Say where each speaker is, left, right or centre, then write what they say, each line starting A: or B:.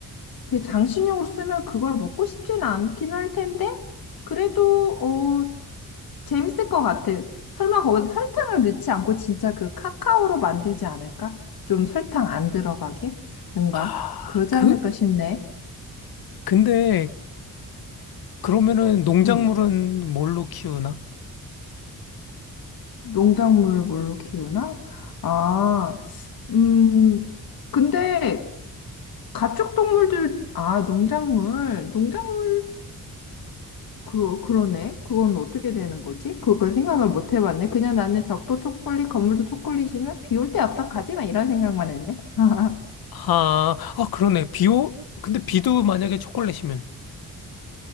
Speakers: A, on the left; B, on the left.
A: 그 장식용으로 쓰면 그걸 먹고 싶지는 않긴 할 텐데, 그래도, 어, 재밌을 것 같아. 설마 거기다 설탕을 넣지 않고 진짜 그 카카오로 만들지 않을까? 좀 설탕 안 들어가게? 뭔가?
B: 아,
A: 그러지
B: 그,
A: 않을까 싶네.
B: 근데 그러면은 농작물은
A: 응.
B: 뭘로 키우나?
A: 농작물을 뭘로 키우나? 아, 음, 근데, 가축동물들, 아, 농작물, 농작물, 그러, 그러네. 그건 어떻게 되는 거지? 그걸 생각을 못 해봤네. 그냥 나는 벽도 초콜릿, 건물도 초콜릿이면 비 올 때 어떡하지만 이런 생각만 했네. <laughs>
B: 아, 아 그러네. 비오 근데 비도 만약에 초콜릿이면